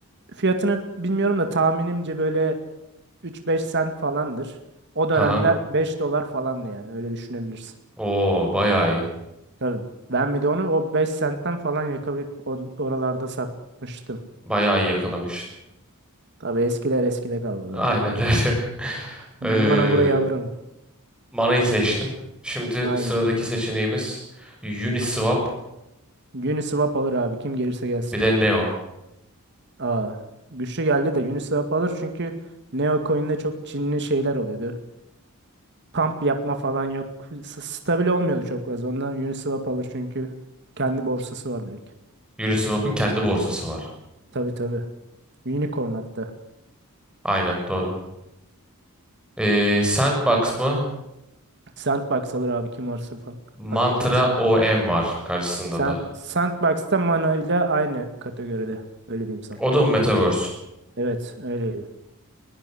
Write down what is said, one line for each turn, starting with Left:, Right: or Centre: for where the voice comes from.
Right: fiyatını bilmiyorum da tahminimce böyle 3-5 sent falandır. O dönemler
Centre: Ha.
Right: 5 dolar falandı yani öyle düşünebilirsin.
Centre: Oo, bayağı iyi.
Right: Tabii ben bir de onu o 5 sentten falan yakalayıp o- oralarda satmıştım.
Centre: Bayağı iyi yakalamış.
Right: Tabii eskiler eskide kaldı
Centre: Aynen
Right: be abi.
Centre: öyle. <laughs>
Right: Mana
Centre: Ee,
Right: buraya alır ama.
Centre: manayı seçtim. Şimdi
Right: Aynen.
Centre: sıradaki seçeneğimiz Uniswap
Right: Uniswap alır abi kim gelirse gelsin.
Centre: bir de Neo.
Right: Aa, güçlü geldi de Uniswap alır çünkü Neocoin'de çok Çinli şeyler oluyordu. Pump yapma falan yok. S- Stabil olmuyordu çok fazla. Ondan Uniswap alır çünkü kendi borsası var direkt.
Centre: Uniswap'ın kendi borsası var.
Right: Tabii tabii. Unicorn hatta.
Centre: Aynen doğru. Ee, Sandbox mı?
Right: Sandbox alır abi kim varsa fa- fark
Centre: Mantra
Right: etmez.
Centre: OM var karşısında
Right: Sen
Centre: da.
Right: Sandbox'ta Mana ile aynı kategoride. Öyle diyeyim sana.
Centre: O da mı Metaverse?
Right: Evet öyleydi.